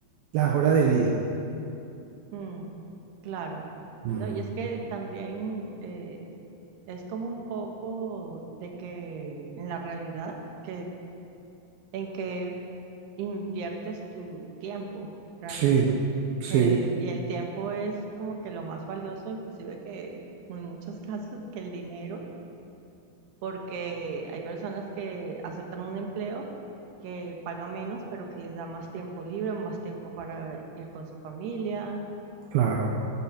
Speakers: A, on the right; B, on the right.
A: las horas de vida.
B: mm, claro.
A: Mm,
B: No, y es que también eh, es como un poco de que en la realidad, que en que inviertes tu tiempo realmente,
A: Sí, sí,
B: que el- y el tiempo es como que lo más valioso, inclusive que en muchos <laughs> casos que el dinero, porque hay personas que aceptan un empleo que paga menos, pero que les da más tiempo libre, más tiempo para ir con su familia
A: claro,